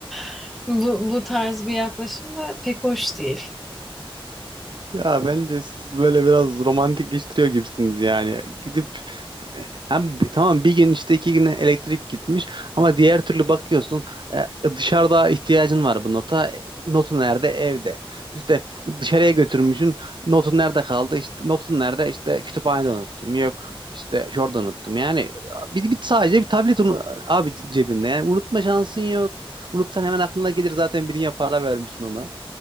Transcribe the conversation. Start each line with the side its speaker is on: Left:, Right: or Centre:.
Centre: <laughs> bu, bu tarz bir yaklaşım da pek hoş değil.
Right: Ya bence siz böyle biraz romantikleştiriyor gibisiniz yani. Gidip yani bi- tamam bir gün işte iki güne elektrik gitmiş ama diğer türlü bakıyorsun e, dışarıda ihtiyacın var bu nota. E, Notu nerede? Evde. İşte dışarıya götürmüşsün. Notun nerede kaldı? İşte notun nerede? İşte kütüphanede unuttum. Yok işte şurada unuttum. Yani bir, bir sadece bir tablet unu- abi cebinde. Yani unutma şansın yok. Unutsan hemen aklına gelir zaten bir dünya para vermişsin ona.